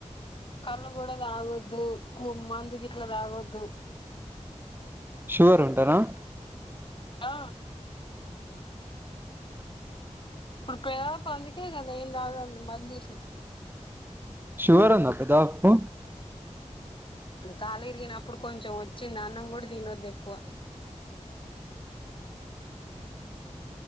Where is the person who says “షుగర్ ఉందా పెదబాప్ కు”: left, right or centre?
Right